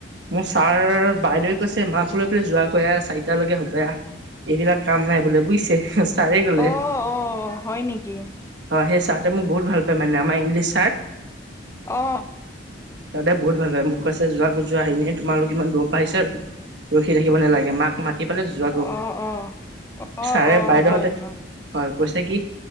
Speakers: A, on the right; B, on the left.
A: মোৰ ছাৰ বাইদেউে কৈছে মাকো লৈ <unintelligible> যোৱাকৈ আহ চাৰিটালৈকে হ'ব আহ। এইবিলাক কাম নাই বোলে বুজিছে। ছাৰে গ'লে
B: অ অ হয় নেকি?
A: হয় সেই ছাৰটোৱে মোক বহুত ভাল পায় মানে আম ইংলিছ ছাৰ
B: অ।
A: তহঁতে বহুত ভাল পায় মোক কৈছে যোৱাগে যোৱা, এনেই তোমালোক ইমান দূৰৰ পৰা আহিছা ৰখি থাকিব নালাগে, মাক মাতি পালে যোৱাগো।
B: অ', অ', অ',
A: ছাৰে
B: অ',
A: বাইদেউহতে
B: হয়, হয়,
A: হয় কৈছে কি